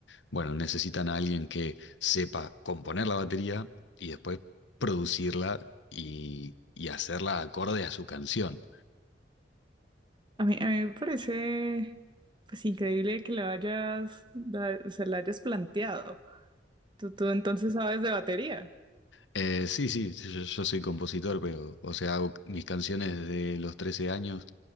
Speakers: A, on the left; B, on the right.
A: bueno, necesitan a alguien que sepa componer la batería y después producirla y, y hacerla acorde a su canción.
B: a mí, a mí me parece pues increíble que la hayas, la- se la hayas planteado. Tú, tú entonces sabes de batería.
A: Eh, sí, sí, sí, yo, yo soy compositor, pero, o sea, hago mis canciones desde los 13 años,